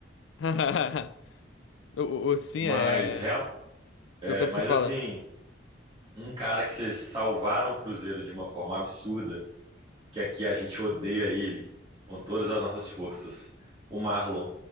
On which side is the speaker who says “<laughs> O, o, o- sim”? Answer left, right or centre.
Left